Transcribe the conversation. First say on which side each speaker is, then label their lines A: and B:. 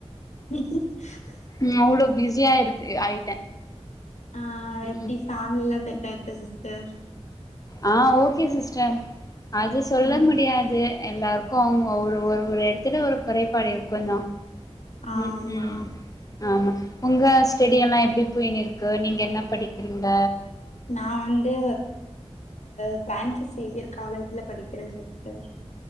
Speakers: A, on the left; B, on the left.
A: <unintelligible>
B: உம் அவ்ளோ பிஸியா இருக்கு ஆயிட்டே
A: ஆ எப்டி
B: ம்
A: ஃபேமிலில்லா செட் ஆய்ச்சா சிஸ்டர்
B: ஆ ஓகே சிஸ்டர் அது சொல்ல
A: ம்
B: முடியாது எல்லோருக்கு அவங்க ஒரு ஒரு ஒரு இடத்துல ஒரு குறைபாடு இருக்குந்தா
A: ஆமா
B: ம்ம் ஆமா உங்க ஸ்டடியெல்லா எப்டி போய்னு இருக்கு நீங்க எப்டி படிக்கிறீங்க
A: நா வந்து ஃபிரான்சிஸ் சேவியர் காலேஜ்ல படிக்றே சிஸ்டர்